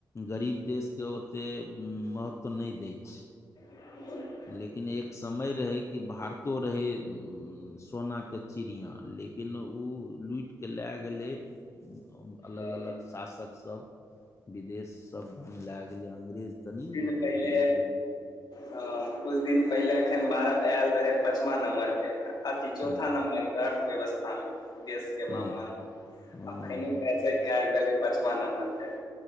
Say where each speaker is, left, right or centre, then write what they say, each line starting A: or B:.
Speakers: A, on the left; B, on the left.
A: गरीब देशके ओतेक महत्ब नय दय छय।
B: ह <inaudible>
A: लेकिन एक समय रहय कि भारतो रहय ए सोनाके चिड़िया लेकिन उऽ लुइट के ल्लै गेलय। अलग
B: एखन
A: अलग शासक सब बिदेश सब ल्ले गेलै अंग्रेज तऽ नहि लुटलकै
B: कियू केलय
A: अंग्रेज
B: ह कुछ दिन पहिले एखन भारत एल रहय पचमाँ नम्बर पे अथी चौथा
A: हूँ
B: नम्बर पर अर्थव्यवस्था मे देश के
A: हूँ
B: मामलामे
A: हूँ
B: आ पइने भै जे आब गेलै पाचमा नम्बरपै